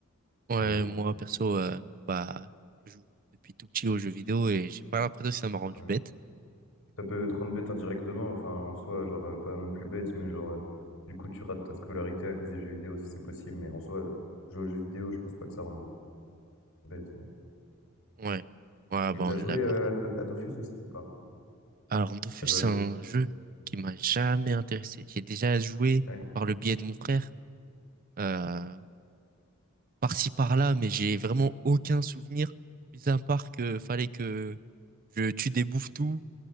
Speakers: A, on the right; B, on the left.
A: Ouais,
B: Mais bon,
A: moi, perso, euh, bah, je joue depuis tout petit aux jeux vidéo et j'ai pas l'impression que ça m'a rendu
B: ouais.
A: bête.
B: Ça peut te rendre bête indirectement, enfin, en soi, genre, euh, pas non plus bête, mais genre, euh, du coup, tu rates ta scolarité à cause des jeux vidéo, ça c'est possible, mais en soi, jouer aux jeux vidéo, je pense pas que ça rende bête. ouais.
A: Ouais. Ouais,
B: Et
A: bah, on
B: t'as joué
A: est d'accord.
B: euh, à Do- à Dofus aussi ou pas?
A: Alors, Dofus,
B: T'as joué
A: c'est
B: à Dofus?
A: un jeu qui
B: hein
A: m'a jamais intéressé. J'ai déjà joué
B: Ouais,
A: par le biais de mon frère, euh, par-ci, par-là, mais j'ai vraiment aucun souvenir, mis à part que fallait que je tue des bouffetous